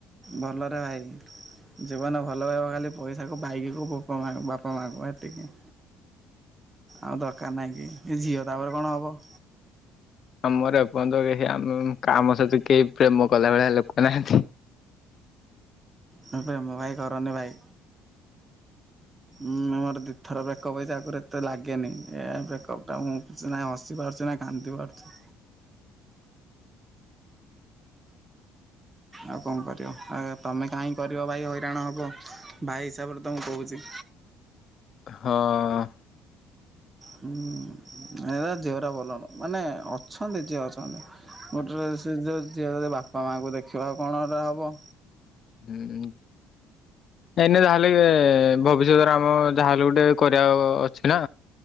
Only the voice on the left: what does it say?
ଆମର ଏପନ୍ତ କେହି ଆମ କାମ ସହିତ କେହି ପ୍ରେମ କଲା ଭଳିଆ ଲୋକ ନାହାନ୍ତି।
ହଁ।
ହୁଁ। ଏଇନେ ଯାହେଲେ-ଏଁ ଭବିଷ୍ୟତରେ ଆମ ଯାହାହେଲେ ଗୁଟେ କରିବା ଅଛି ନା?